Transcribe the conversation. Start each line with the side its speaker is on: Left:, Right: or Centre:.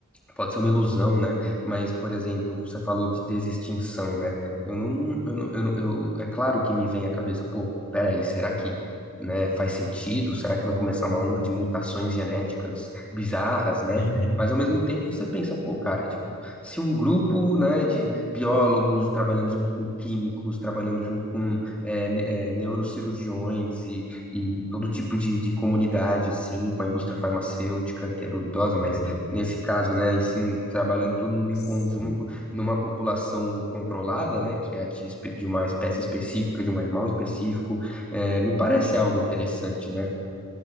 Centre: Pode ser uma ilusão, né? Mas, por exemplo, você falou de desextinção, né? Eu não, eu não, eu não- eu- é claro que me vem à cabeça, pô, peraí, será que, né, faz sentido? Será que vai começar uma onda de mutações genéticas bizarras, né?
Left: uhum,
Centre: Mas ao mesmo tempo você pensa, pô, cara, tipo, se um grupo, né, de biólogos trabalhando junto com químicos, trabalhando junto com é, ne- é, neurocirurgiões e, e todo tipo de, de comunidade, assim, com a indústria farmacêutica, que é duvidosa, mas
Left: uhum,
Centre: nesse caso, né, e sim trabalhando todo mundo em
Left: Sim.
Centre: conjunto numa população controlada, né, que é a de, espe- de uma espécie específica, de um animal específico, é, me parece algo interessante, né?